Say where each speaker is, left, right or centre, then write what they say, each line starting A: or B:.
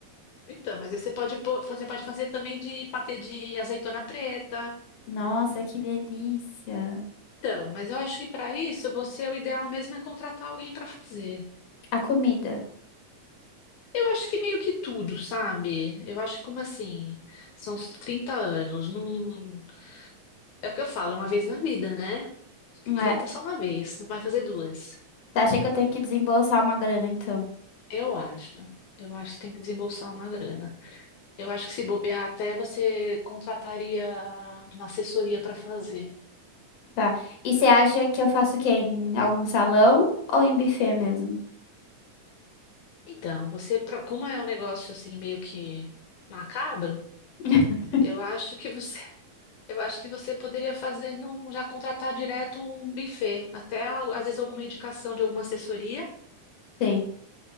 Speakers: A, on the left; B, on the left.
A: Então, mas aí você pode pôr- você pode fazer também de patê de azeitona preta.
B: Nossa, que delícia.
A: Então, mas eu acho que para isso você o ideal mesmo é contratar alguém para fazer.
B: A comida.
A: Eu acho que meio que tudo, sabe? Eu acho que como assim, são uns 30 anos, não é o que eu falo, é uma vez na vida, né? Que
B: É,
A: 30 é só uma vez, não vai fazer duas.
B: tá, achei que eu tenho que desembolsar uma grana, então.
A: Eu acho. Eu acho que tem que desembolsar uma grana. Eu acho que se bobear até você contrataria uma assessoria para fazer.
B: Tá. E você acha que eu faço o quê? Em algum salão ou em buffet mesmo?
A: Então, você, pro- como é um negócio assim meio que macabro,
B: <laughs>
A: eu acho que você, <laughs> eu acho que você poderia fazer num, já contratar direto um buffet, até às vezes alguma indicação de alguma assessoria,
B: Sim.